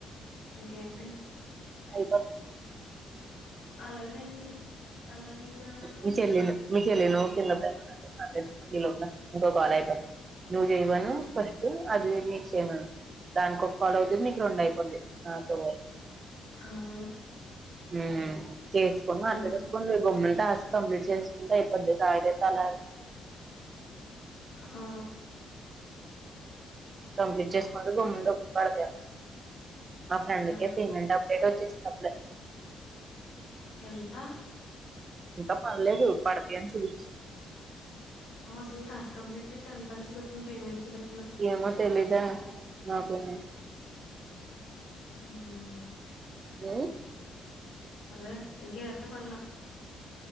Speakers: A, on the left; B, on the right.
A: ఇంకేంటి
B: అయిపోతే
A: అలాగే అయింది అలా అయిన తర్వాత
B: మీ చెల్లి మీ చెల్లి నో కింద బ ఈ లోపల ఇంకో కాల్ అయిపోద్ది నువ్వు జైవను ఫస్ట్టు అదివి మీకు చేయమను దానికి ఒక కాల్ అవుతుంది మీకు రెండు అయిపోద్ది నాతో పాటు
A: అవును
B: హ్మ్ చేసుకోని
A: ప్రేమ
B: మాట్లాడేసుకోండి గమ్మున టాస్క్ కంప్లీట్ చేసుకుంటే అయిపోద్ది <unintelligible>
A: ఆ
B: కంప్లీట్ చేసుకుంటే గమ్మున డబ్బులు పడతాయి మా ఫ్రెండ్కే
A: సరే
B: పేమెంట్ అప్డేట్ వచ్చేసింది అప్పుడే
A: ఎంత
B: ఇంకా పడలేదు పడతయని చూపించ
A: అసలు టాస్క్ కంప్లీట్ చేత్తే ఎంతని చుపిత్తంది పేమెంట్ చూపి
B: ఏమో తెలీదా నాకూని
A: హ్మ్
B: హ్మ్
A: అదే ఇంక ఎవరికి పడలా